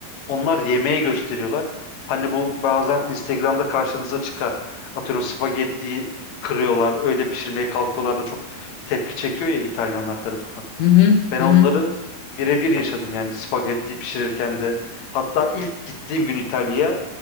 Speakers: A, on the left; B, on the left.
A: onlar yemeğe gösteriyorlar. Hani bu bazen Instagram'da karşınıza çıkar. Atıyorum spagettiyi kırıyorlar, öyle pişirmeye kalkıyorlar da çok tepki çekiyor ya İtalyanlar tarafından.
B: Hı hı
A: Ben
B: hı
A: onları
B: hı.
A: birebir yaşadım yani spagetti pişirirken de. Hatta ilk gittiğim gün İtalya'ya